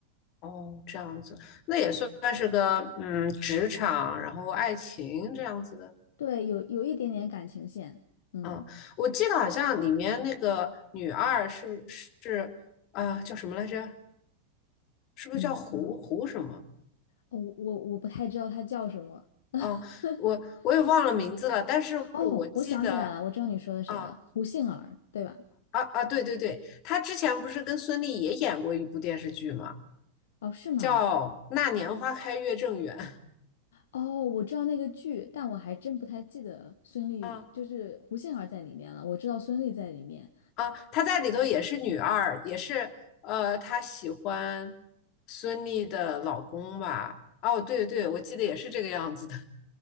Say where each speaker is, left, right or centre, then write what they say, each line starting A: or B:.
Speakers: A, on the left (about 40°); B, on the left (about 60°).
A: 哦，这样子，那也算算是个嗯，职场，然后爱情这样子的。
B: 对，有有一点点感情线。嗯，
A: 嗯，我记得好像里面那个女二是是啊、叫什么来着？是不是叫胡胡什么？
B: 你啊，哦，我我不太知道他叫什么。<laughs>
A: 哦，我我也忘了名字了，但是我记得
B: 哦，我想起来了，我知道你说的谁了，
A: 啊
B: 胡杏儿，对吧？
A: 啊啊，对对对，她之前不是跟孙俪也演过一部电视剧嘛，
B: 哦，是吗？
A: 叫《那年花开月正圆》
B: 哦，我知道那个剧，但我还真不太记得孙俪，
A: 啊。
B: 就是胡杏儿在里面了。我知道孙俪在里面。
A: 啊，她在里头也是女二，也是呃，她喜欢孙俪的老公吧？哦，对对，我记得也是这个样子的，